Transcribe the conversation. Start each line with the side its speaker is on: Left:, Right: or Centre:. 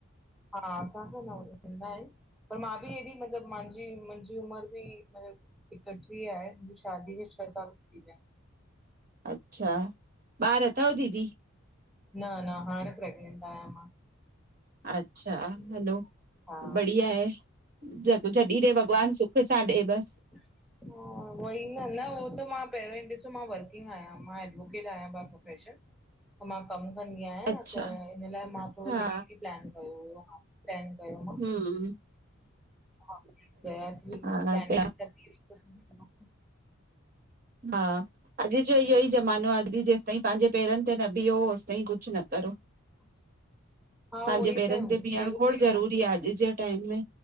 Centre: हा असां खऊं न नंढा आहिनि। पर मां बि एॾी, मतलबु मांहिंजी मुंहिंजी उमिरि बि मतिलबु। एकटीह आहे। मुंहिंजी शादीअ खे छह साल थी विया आहिनि।
Right: अच्छा- ॿार अथव दीदी?
Centre: न, न, हाणे प्रेग्नेंट आहियां मां।
Right: अच्छा- हलो
Centre: हा
Right: बढ़िया आहे। जजॾीं ॾे भॻवान सु पिता ॾेव।
Centre: <inaudible> उओई आ न, उहो त मां पहिरियों ॾिसो मां वर्किंग आहियां। मां एडवोकेट आहियां बाए प्रोफेसन। त मां कमु कंदी आहियां।
Right: अच्छा,
Centre: त इन लाइ मां थोड़ो
Right: हा
Centre: लेट ई प्लान कयो हुयो मां। प्लेन कयो।
Right: हुम्म
Centre: हा त दया ती वई
Right: हा
Centre: प्लान <unintelligible>
Right: हा अॼु जो इहो ई जमानो आ। अॼु जेसिताईं पंहिंजे पेरनि ते न बीहो होसिताईं कुझु न करो।
Centre: <inaudible>
Right: पंहिंजे
Centre: उहोई
Right: पेरनि
Centre: त
Right: ते बीहण
Centre: ज़रूरी
Right: खोड़ जरूरी आ अॼु जे टाइम में।